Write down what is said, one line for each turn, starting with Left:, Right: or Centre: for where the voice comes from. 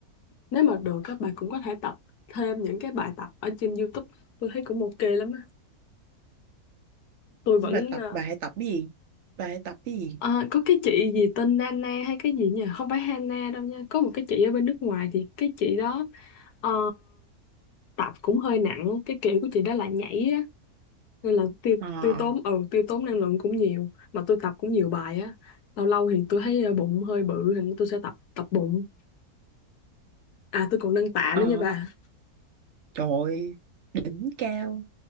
Left: nếu mà được các bà cũng có thể tập thêm những cái bài tập ở trên YouTube tôi thấy cũng ok lắm á tôi vẫn
Right: bà tập
Left: ờ,
Right: bà hãy tập cái gì bà hãy tập cái gì
Left: Ờ, có cái chị gì tên Nana hay cái gì nhỉ? Không phải Hana đâu nha. Có một cái chị ở bên nước ngoài thì cái chị đó ờ, tập cũng hơi nặng. Cái kiểu của chị đó là nhảy á. Nên là tiêu,
Right: ờ
Left: tiêu tốn, ừ, tiêu tốn năng lượng cũng nhiều. Mà tôi tập cũng nhiều bài á. Lâu lâu thì tôi thấy ờ, bụng hơi bự thì tôi sẽ tập tập bụng. À tôi còn nâng tạ
Right: ờ
Left: nữa nha bà.
Right: trời ơi, đỉnh cao